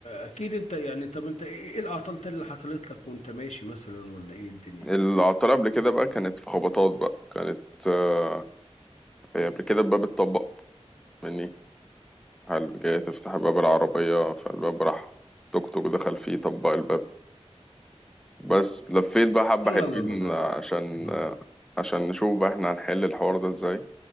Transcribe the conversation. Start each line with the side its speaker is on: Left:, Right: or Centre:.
Left: أكيد أنت يعني طب أنت إيه إيه الأعطال تاني اللي حصلت لك وأنت ماشي مثلا ولا إيه الدنيا؟
Centre: العطلة قبل كده بقى كانت في خبطات بقى كانت آه، هي قبل كده الباب اتطبق مني هل جاي تفتح باب العربية فالباب راح توك توك دخل فيه طبق الباب بس لفيت بقى حبة
Left: الله
Centre: حلوين
Left: الله الله الله
Centre: آه، عشان
Left: الله
Centre: آه، عشان نشوف بقى احنا هنحل الحوار ده ازاي